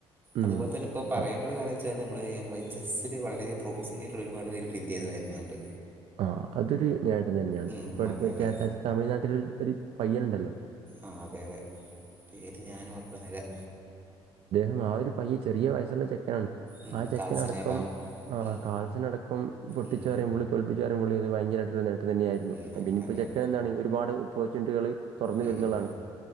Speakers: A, on the right; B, on the right.
A: ഉം.
B: അതുപോൽതന്നെ ഇപ്പ പറയേണ്ടൊരു
A: അ-
B: കാര്യന്തച്ചാ ന്തായാലും നമ്മള് നമ്മളത് ചെസ്സില് വളരേ പ്രോമിമിംഗായിട്ടുള്ള ഒരുപാട് പേര് പിന്ത്യേന്ന് വരുന്നുണ്ട്
A: ആഹ് അതൊരു നേട്ടം തന്നെയാണ്
B: ഉം
A: ഇപ്പ അടുത്ത്
B: അതെ
A: മറ്റേ
B: അതെ
A: തമിഴ്നാട്ടില് ഒരു പയ്യനുണ്ടല്ലോ
B: ആഹ് അതെ അതെ പേര് ഞാനും ഓർക്കുന്നില്ലാ
A: ആഹ് ഒരു പയ്യൻ ചെറിയ വയസ്സുള്ള ചെ <unintelligible>
B: ഉം
A: ആ ചെക്കനടക്കം
B: കാൾസിനെയെല്ലാം
A: ആ
B: ഉം
A: കാൾസിനടക്കം പൊട്ടിച്ചു
B: ഉം
A: പറയുമ്പോള് പറയുമ്പള് ഒരു ഭയങ്കരായിട്ടുള്ള നേട്ടം തന്നെയായിരുന്നു
B: ഉം നേട്ടം
A: അത്‌ പിന്നിം
B: തന്നെയാ
A: ഇപ്പോ ചെക്കൻ എന്താണ് ഒരുപാട് <unintelligible> തൊർന്ന്
B: ഉം
A: വരുന്നുള്ളാണ്
B: ഉം